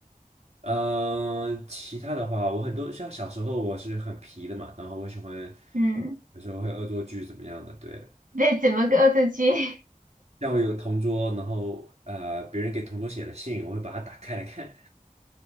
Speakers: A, on the right (about 50°); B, on the right (about 65°).
A: 嗯，呃其他的话，我很多像小时候我是很皮的嘛，然后我喜欢
B: 嗯。
A: 有时候会恶作剧怎么样的。对，
B: <laughs> 那怎么个恶作剧？
A: 像我有个同桌，然后呃，别人给同桌写了信，我会把它打开来看。